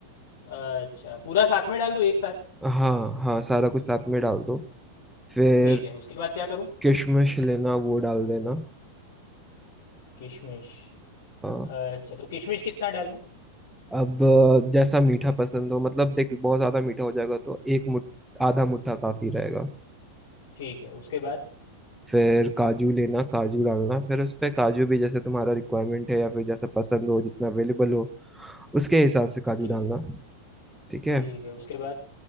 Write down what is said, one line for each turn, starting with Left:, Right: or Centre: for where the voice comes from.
Left: अच्छा पूरा साथ में डाल दूँ एक साथ
Centre: हाँ हाँ सारा कुछ साथ में डाल दो फिर
Left: ठीक है उसके बाद क्या करूँ
Centre: किशमिश लेना वो डाल देना
Left: किशमिश
Centre: हाँ
Left: अच्छा तो किशमिश कितना डालूं
Centre: अब अ, जैसा मीठा पसंद हो मतलब देख बहुत ज्यादा मीठा हो जाएगा तो एक मुठ आधा मुट्ठा काफी रहेगा
Left: ठीक है उसके बाद
Centre: फिर काजू लेना काजू डालना फिर उस पे काजू भी जैसे तुम्हारा रिक्वायरमेंट है या फिर जैसा पसंद हो जितना अवेलेबल हो उसके हिसाब से काजू
Left: ठीक
Centre: डालना
Left: है
Centre: ठीक है
Left: ठीक है उसके बाद